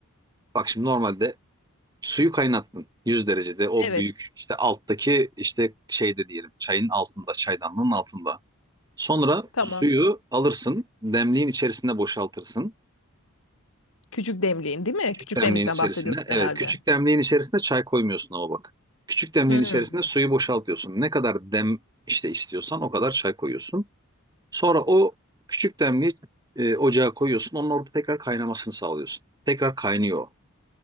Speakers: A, on the right; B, on the left.
A: Bak şimdi normalde Suyu kaynattın 100 derecede o
B: Evet.
A: büyük işte alttaki işte şeyde diyelim çayın altında çaydanlığın altında. Sonra
B: Tamam.
A: suyu alırsın demliğin içerisine boşaltırsın.
B: Küçük demliğin değil mi?
A: Küçük
B: Küçük
A: demliğin
B: demlikten
A: içerisine
B: bahsediyorsun
A: evet
B: herhalde.
A: küçük demliğin içerisine çay koymuyorsun ama bak. Küçük demliğin
B: Hmm,
A: içerisine suyu boşaltıyorsun. Ne kadar dem işte istiyorsan o kadar çay koyuyorsun. Sonra o küçük demliği e, ocağa koyuyorsun. Onun orada tekrar kaynamasını sağlıyorsun. Tekrar kaynıyor.